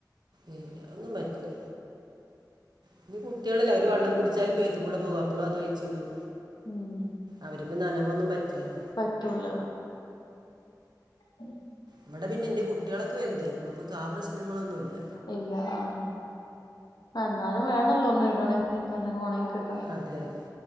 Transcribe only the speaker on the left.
അങ്ങനൊക്കെ
ഉം
പറ്റൂല. ഉം
ഇല്ല ആഹ് എന്നാലും വേണല്ലോ ഒന്ന് ഇടണമെങ്കിൽ തന്നെ ഒണങ്ങി കിട്ട